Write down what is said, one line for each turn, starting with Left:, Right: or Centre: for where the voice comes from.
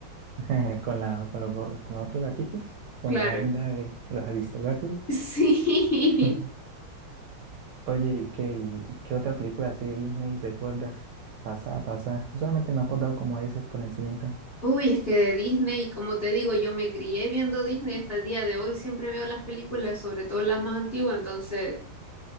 Right: <laughs> Con la, con, los go- con los otros gaticos, con
Left: Claro.
Right: la banda
Left: <laughs>
Right: de los Aristogatos.
Left: Sí.
Right: <laughs> Oye, ¿y ¿qué, y qué otra película así de Disney recuerdas? Pasada, pasada. Yo solamente me he acordado como de esas por encimita.
Left: Uy, es que de Disney, como te digo, yo me crié viendo Disney hasta el día de hoy, siempre veo las películas, sobre todo las más antiguas, entonces...